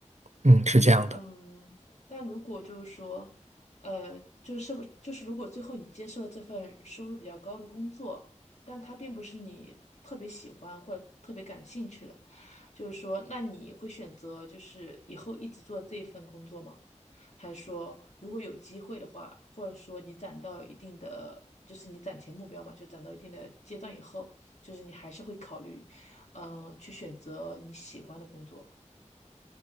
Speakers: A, on the right; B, on the left.
A: 嗯，是这样的。
B: 嗯，但如果就是说，呃，就是是不就是如果最后你接受了这份收入比较高的工作，但它并不是你特别喜欢或者特别感兴趣的，就是说，那你会选择就是以后一直做这一份工作吗？还是说如果有机会的话，或者说你攒到一定的，就是你攒钱目标嘛，就攒到一定的阶段以后，就是你还是会考虑，嗯、去选择你喜欢的工作。